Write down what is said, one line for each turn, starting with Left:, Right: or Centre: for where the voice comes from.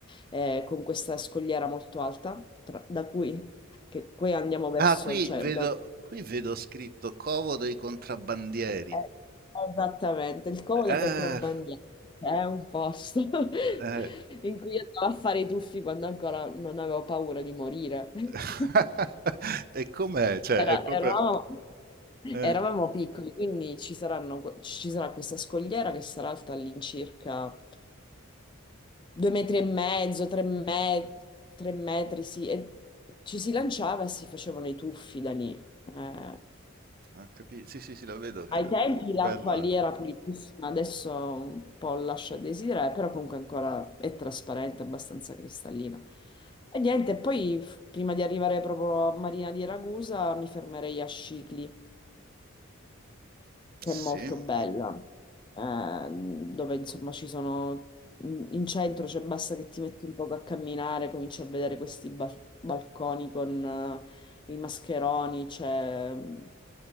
Left: eh, con questa scogliera molto alta, tra- da cui, che, qui andiamo verso,
Right: Ah, qui
Left: cioè
Right: vedo,
Left: abbiamo
Right: qui vedo scritto Covo dei contrabbandieri.
Left: Eh, Esattamente, il Como
Right: Eh,
Left: dei contrabbandieri è un posto <laughs>
Right: eh.
Left: in cui io andavo a fare i tuffi quando ancora non avevo paura di morire. <laughs>
Right: <laughs> E com'è? Cioè,
Left: Era-
Right: è proprio...
Left: eravamo,
Right: eh,
Left: eravamo piccoli, quindi ci saranno que- ci sarà questa scogliera che sarà alta all'incirca due metri e mezzo, tre, me- tre metri, sì, e ci si lanciava e si facevano i tuffi da lì. Eh,
Right: Ho capi- Sì, sì, sì, la vedo che
Left: ai
Right: è
Left: tempi
Right: bella.
Left: l'acqua lì era pulitissima, adesso un po' lascia a desiderare, però comunque ancora è trasparente, abbastanza cristallina. E niente, poi f- prima di arrivare proprio a Marina di Ragusa mi fermerei a Scicli che
Right: Sì.
Left: è molto bella, ehm, dove insomma ci sono, in in centro, cioè basta che ti metti un poco a camminare, cominci a vedere questi ba- balconi con eh, i mascheroni, c'è mm,